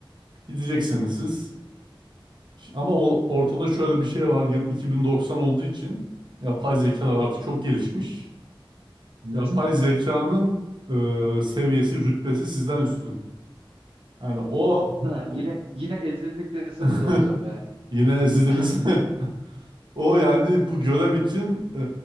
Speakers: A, on the right (about 55°); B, on the right (about 80°).
A: Gideceksiniz siz. Ama o- ortada şöyle bir şey var. Yıl 2090 olduğu için yapay zekalar artık çok gelişmiş.
B: Hı
A: Yapay
B: hı.
A: zekanın e, seviyesi, rütbesi sizden üstün. Yani o
B: Ha, yine
A: bu-
B: yine ezildik deseniz
A: <laughs>
B: de hocam ya.
A: yine ezildiniz.
B: <clears throat>
A: <laughs> O yani bu görev için e,